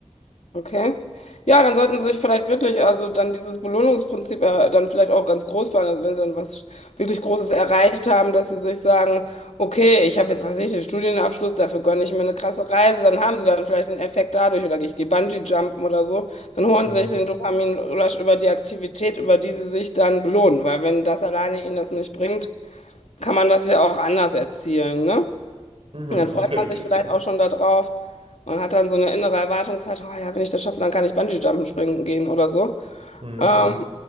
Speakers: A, on the left (about 85°); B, on the right (about 60°).
A: Okay. Ja, dann sollten Sie sich vielleicht wirklich, also dann dieses Belohnungsprinzip äh, dann vielleicht auch ganz groß fahren, also wenn Sie dann was wirklich Großes erreicht haben, dass Sie sich sagen, okay, ich habe jetzt, was weiß ich, den Studienabschluss, dafür gönne ich mir eine krasse Reise, dann haben Sie dann vielleicht den Effekt dadurch oder ich gehe Bungee-Jumpen oder so, dann holen
B: Mhm.
A: Sie sich den Dopamin über die Aktivität, über die Sie sich dann belohnen, weil wenn das alleine Ihnen das nicht bringt, kann man das ja auch anders erzielen, ne?
B: Mhm.
A: Und dann freut
B: Okay,
A: man
B: okay,
A: sich
B: okay.
A: vielleicht auch schon darauf und hat dann so eine innere Erwartungshaltung, oh ja, wenn ich das schaffe, dann kann ich Bungee-Jumpen springen gehen oder so
B: Mhm.
A: ähm,